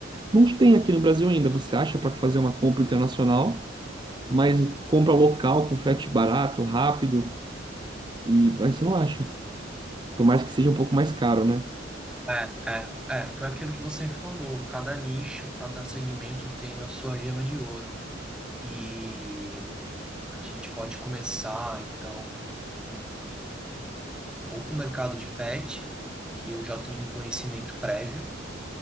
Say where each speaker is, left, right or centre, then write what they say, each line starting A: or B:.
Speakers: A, on the right (about 25°); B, in the centre.
A: não tem aqui no Brasil ainda. Você acha para fazer uma compra internacional, mas compra local com frete barato, rápido, e aí você não acha. Por mais que seja um pouco mais caro, né?
B: É, é, é, foi aquilo que você falou. Cada nicho, cada segmento tem a sua gema de ouro. E a gente pode começar, então, com, ou com o mercado de pet, que eu já tenho um conhecimento prévio,